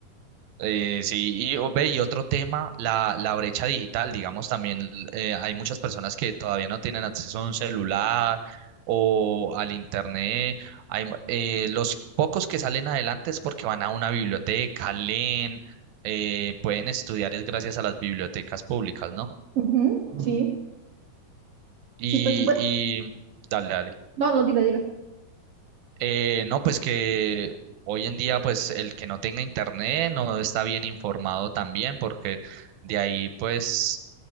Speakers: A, on the right; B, on the right.
A: Eh, sí, y, o- ve, y otro tema, la, la brecha digital, digamos, también eh, hay muchas personas que todavía no tienen acceso a un celular o al internet. Hay, mu- eh, los pocos que salen adelante es porque van a una biblioteca, leen, eh, pueden estudiar es gracias a las bibliotecas públicas, ¿no?
B: Ujú, sí,
A: Y,
B: sí, pues, bueno,
A: y dale, dale.
B: no, no, dilo, dilo.
A: Eh, no, pues que hoy en día, pues el que no tenga internet no está bien informado también porque... De ahí, pues,